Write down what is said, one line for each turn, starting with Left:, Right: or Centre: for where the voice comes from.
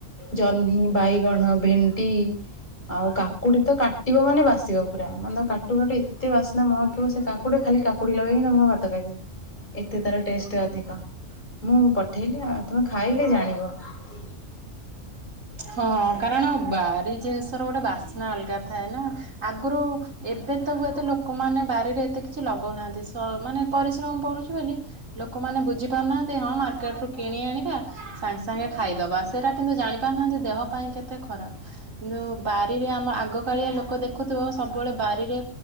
Left: ଜହ୍ନି ବାଇଗଣ ଭେଣ୍ଡି ଆଉ କାକୁଡି ତ କାଟିବ ମାନେ ବାସିବ ପୁରା ମାନେ ତମେ କାଟୁ କାଟୁ ଏତେ ବାସ୍ନା ମହକିବ ସେ କାକୁଡି ଖାଲି କାକୁଡି ଲଗେଇକି ମୁଁ ଭାତ ଖାଇଦେବି ଏତେ ତାର ଟେଷ୍ଟ ଅଧିକ ମୁଁ ପଠେଇଲେ ଆଉ ତୁମେ ଖାଇଲେ ଜାଣିବ <inaudible>
Right: ହଁ କାରଣ ବାରି ଜିନିଷ ର ଗୋଟେ ବାସ୍ନା ଅଲଗା ଥାଏ ନା ଆଗରୁ ଏବେ ତ ହୁଏତ ଲୋକମାନେ ବାରିରେ ଏତେ କିଛି ଲଗଉନାହାନ୍ତି ମାନେ ପରିଶ୍ରମ ପଡ଼ୁଛି ବୋଲି ଲୋକମାନେ ବୁଝିପାରୁନାହାନ୍ତି ହଁ ମାର୍କେଟ ରୁ କିଣି ଆଣିବା ସାଙ୍ଗେ ସାଙ୍ଗେ ଖାଇଦବା ସେଇଟା କିନ୍ତୁ ଜାଣିପାରୁନାହାନ୍ତି ଦେହ ପାଇଁ କେତେ ଖରାପ କିନ୍ତୁ ବାରିରେ ଆମ ଆଗକାଳିଆ ଲୋକ ଦେଖୁଥିବ ସବୁବେଳେ ବାରିରେ